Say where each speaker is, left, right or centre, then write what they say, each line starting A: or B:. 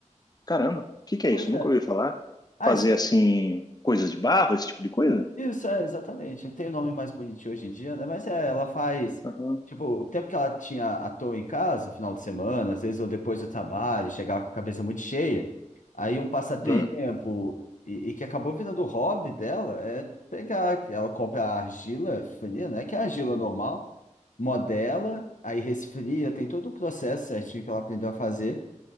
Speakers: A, on the left; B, on the left.
A: Caramba, o que que é
B: Pois
A: isso?
B: é.
A: Nunca ouvi falar.
B: Ah,
A: Fazer assim, coisas de barro, esse tipo de coisa?
B: Isso, é, exatamente. Tem o nome mais bonitinho hoje em dia, né? Mas é, ela faz.
A: Aham.
B: Tipo, o tempo que ela tinha à toa em casa, final de semana, às vezes ou depois do trabalho, chegava com a cabeça muito cheia. Aí um passatempo,
A: Hum.
B: e, e que acabou virando o hobby dela, é pegar. Ela compra a argila fria, né? Que é a argila normal, modela, aí resfria, tem todo o processo certinho que ela aprendeu a fazer.